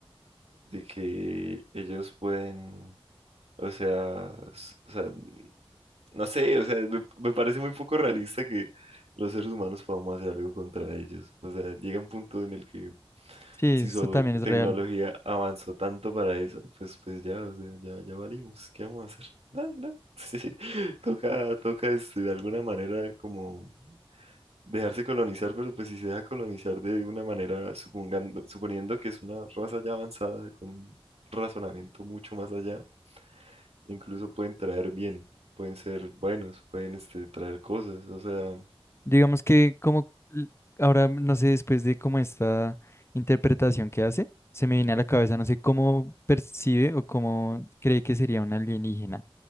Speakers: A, on the right (about 85°); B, on the left (about 25°).
A: de que ellos pueden, o sea, s- o sea, No sé, o sea, me, me parece muy poco realista que los seres humanos podamos hacer algo contra ellos. O sea, llega un punto en el que
B: Sí,
A: si
B: eso
A: su
B: también es
A: tecnología
B: real.
A: avanzó tanto para eso, pues, pues ya, o sea, ya, ya valimos. ¿Qué vamos a hacer? No, no. <laughs> Sí, toca, toca este, de alguna manera como dejarse colonizar, pero pues si se deja colonizar de una manera, supongando, suponiendo que es una raza ya avanzada, con un razonamiento mucho más allá incluso pueden traer bien, pueden ser buenos, pueden este, traer cosas, o sea,
B: Digamos que como l- ahora, no sé, después de como esta interpretación que hace, se me viene a la cabeza, no sé cómo percibe o cómo cree que sería un alienígena